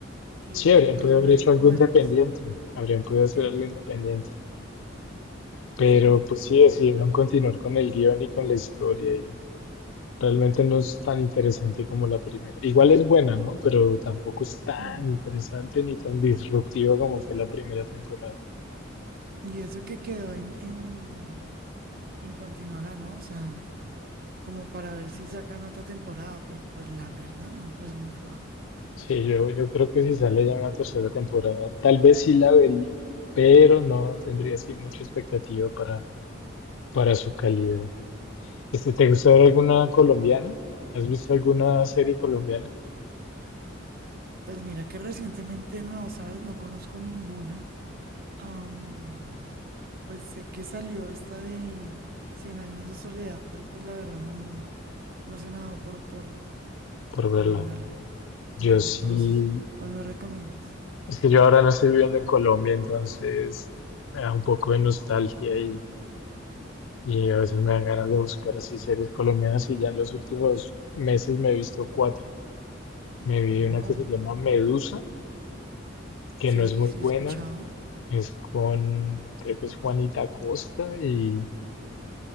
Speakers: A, on the right (about 45°); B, on the left (about 70°).
A: y
B: Sí, habrían
A: con personajes
B: podido haber hecho algo
A: nuevos.
B: independiente, habrían podido hacer
A: Epa,
B: algo independiente. Pero
A: sí,
B: pues
A: sí.
B: sí, decidieron continuar con el guión y con la historia y Realmente no es tan interesante como la primera. Igual es buena, ¿no? Pero tampoco es tan
A: mm.
B: interesante ni tan disruptiva como fue la primera temporada.
A: Y eso que quedó en, en, en continuará, ¿no? O sea, como para ver si sacan otra temporada, pero pues la verdad me parece muy floja.
B: Sí, yo, yo creo que si sale ya una tercera temporada, tal vez sí la vería, pero no tendría así mucha expectativa para, para su calidad. Este, ¿te gustó ver alguna colombiana? ¿Has visto alguna serie colombiana?
A: Pues mira que recientemente no, ¿sabes? No conozco ninguna. Am, pues sé que salió esta de Cien años de soledad, pero pues la verdad no, no se me ha dado por, por,
B: Por verla.
A: por mirarla.
B: Yo
A: No,
B: sí,
A: ¿conoces? ¿Cuál me recomiendas?
B: es que yo ahora no estoy viviendo en Colombia, entonces me da un poco de nostalgia y. Y a veces me dan ganas de buscar así series colombianas y ya en los últimos meses me he visto cuatro. Me vi
A: Wow.
B: una que se llama Medusa, que
A: Sí,
B: no es muy
A: sí
B: buena,
A: he escuchado.
B: es con, creo que es Juanita Costa y,